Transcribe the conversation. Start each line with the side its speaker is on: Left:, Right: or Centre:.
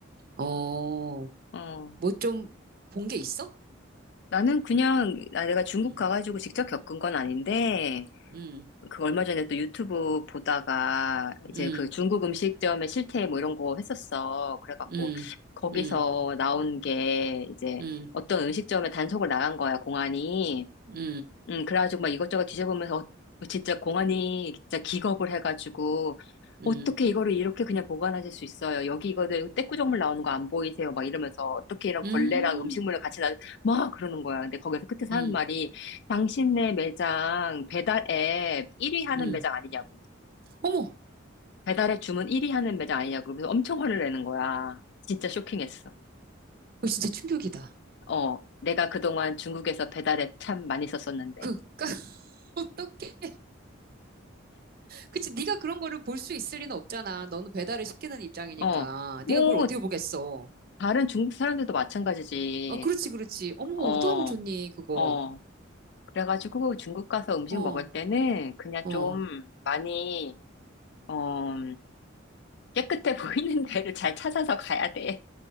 Right: 어,
Left: 어.
Right: 뭐 좀 본 게 있어?
Left: 나는 그냥 나- 내가 중국
Right: 응
Left: 가가지고 직접 겪은 건 아닌데
Right: 응
Left: 그 얼마 전에 또 유튜브 보다가 이제
Right: 응
Left: 그 중국 음식점의 실태 뭐 이런 거 했었어. 그래갖고
Right: 응
Left: 거기서
Right: 응
Left: 나온 게 이제
Right: 응 응
Left: 어떤 음식점에 단속을 나간 거야, 공안이.
Right: 응
Left: 음, 그래가지고 막 이것저것 뒤져보면서 어, 뭐 진짜 공안이 진짜 기겁을 해가지고
Right: 응
Left: 어떻게 이거를 이렇게 그냥 보관하실 수 있어요? 여기 이거들 떼꾸정물 나오는 거 안 보이세요? 막 이러면서 어떻게 이런
Right: 응
Left: 걸레랑 음식물을 같이 나, 막 그러는 거야. 근데 거기서 끝에 사는
Right: 응,
Left: 말이 당신네 매장 배달 앱 1위 하는
Right: 응.
Left: 매장 아니냐고.
Right: 어머,
Left: 배달 앱 주문 1위 하는 매장 아니냐고. 그래서 엄청 화를 내는 거야. 진짜 쇼킹했어.
Right: 그거 진짜 충격이다.
Left: 어, 내가 그동안 중국에서 배달 앱 참 많이 썼었는데.
Right: 그, 까, <laughs> 어떡해. 그치, 네가 그런 거를 볼 수 있을 리는 없잖아. 너는 배달을 시키는 입장이니까.
Left: 어. 뭐,
Right: 네가 그걸 어떻게 보겠어.
Left: 다른 중국 사람들도 마찬가지지.
Right: 어, 그렇지, 그렇지. 어머,
Left: 어,
Right: 어떡하면 좋니, 그거.
Left: 어. 그래가지고 중국 가서 음식
Right: 어,
Left: 먹을 때는 그냥 좀
Right: 어.
Left: 많이, 어, 깨끗해 <laughs> 보이는 데를 잘 찾아서 가야 돼.